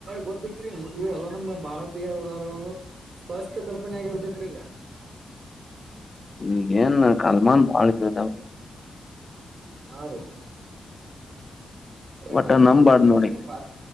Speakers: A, on the right; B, on the left.
A: ಗೊತ್ತತ್ರಿ ಇ ಎಲ್ಲಾ ನಮ್ಮ ಭಾರತೀಯದಾರಂದು ಸ್ಪಷ್ಟ ಕಲ್ಪನೆ ಆಗಬಟ್ಟ್ರಿಂದ.
B: ಈಗ ಏನ್ ಕಲ್ಮಾನ್ ಬಾಳ ಇದು ಅದಾವರೀ
A: ಹಾ ರೀ ಅ್ರ
B: ಒಟ್ಟ
A: ಹಿಂದ
B: ನಂಬಾರ್ದ
A: ಮುಸ್ಲಿಮ
B: ನೋಡಿ
A: ಬ